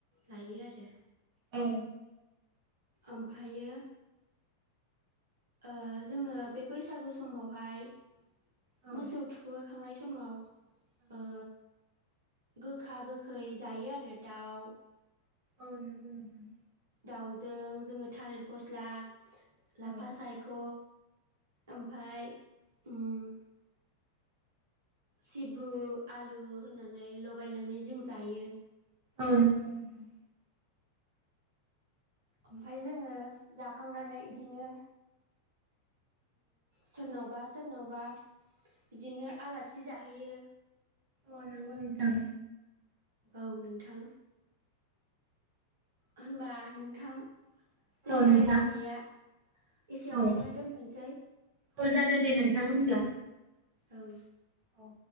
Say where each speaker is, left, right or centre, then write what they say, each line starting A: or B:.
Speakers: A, on the right; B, on the right.
A: लायो आरो
B: औ
A: ओमफायो ओ जोङो बे बैसागु समावहाय
B: औ
A: मोसौ थुखैखांनाय समाव ओ गोखा गोखै जायो आरो दाउ
B: अ नंगौ नोंथां
A: दाउजों जोङो थालिर फस्ला लाफा
B: औ ओं
A: सायख' ओमफाय उम सिब्रु आलु होनानै लगायनानै जों जायो
B: औ नोंथां
A: ओमफ्राय जोङो जाखांनानै बिदिनो सोरनावबा सोरनावबा बिदिनो आलासि जाहैयो
B: औ नोंगौ नोंथां
A: औ नोंथां होनबा नोंथां जोंनि
B: औ नोंथां
A: रायलायनाया एसेयावनो
B: औ
A: दोनथ'नोसै
B: औ जागोन दे नोंथां होनब्ला
A: ओं
B: औ